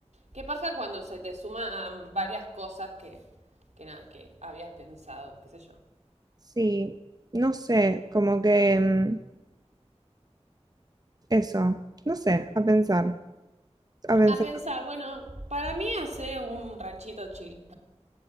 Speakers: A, on the right; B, on the right.
A: Qué paja cuando se te suman varias cosas que, que nada, que habías pensado, qué sé yo.
B: Sí, no sé, como que mm, eso, no sé, a pensar, a pensar.
A: A pensar, bueno, para mí hace un ranchito chill.